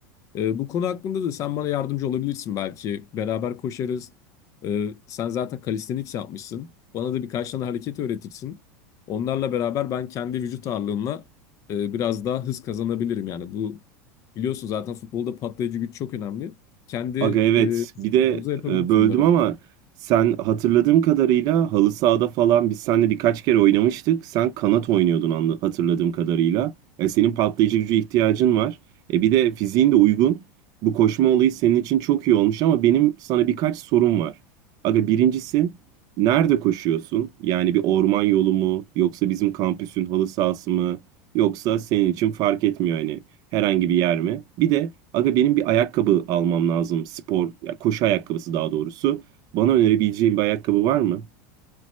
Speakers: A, on the left; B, on the right.
A: Ee, bu konu hakkında da sen bana yardımcı olabilirsin belki. Beraber koşarız. Ee, sen zaten calisthenics yapmışsın. Bana da birkaç tane hareket öğretirsin. Onlarla beraber ben kendi vücut ağırlığımla e, biraz daha hız kazanabilirim. Yani bu biliyorsun zaten futbolda patlayıcı güç çok önemli. Kendi
B: Aga evet
A: e, vücut
B: bir de
A: ağırlığımıza yapabiliriz
B: e, böldüm
A: bunları.
B: ama sen hatırladığım kadarıyla halı sahada falan biz seninle birkaç kere oynamıştık. Sen kanat oynuyordun anla- hatırladığım kadarıyla. E, senin patlayıcı gücü ihtiyacın var. E, bir de fiziğin de uygun. Bu koşma olayı senin için çok iyi olmuş ama benim sana birkaç sorum var. Aga birincisi nerede koşuyorsun? Yani bir orman yolu mu yoksa bizim kampüsün halı sahası mı? Yoksa senin için fark etmiyor hani herhangi bir yer mi? Bir de aga benim bir ayakkabı almam lazım. Spor, ya koşu ayakkabısı daha doğrusu. Bana önerebileceğin bir ayakkabı var mı?